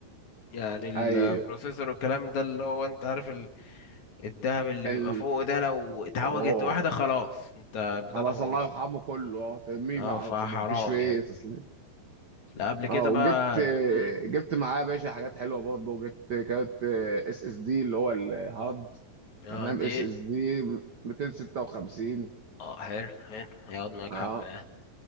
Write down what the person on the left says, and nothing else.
يعني البروسيسور
والكلام ده اللي هو انت عارف ال- الدهب اللي
بيبقى فوق ده لو اتعوجت
واحدة خلاص انت بتاع
ده باظ
اه
فحرام
يعني
لا قبل كده
بقى امم
اه
قد
ايه
اه حلو حلو هيقعد معاك
حبة اه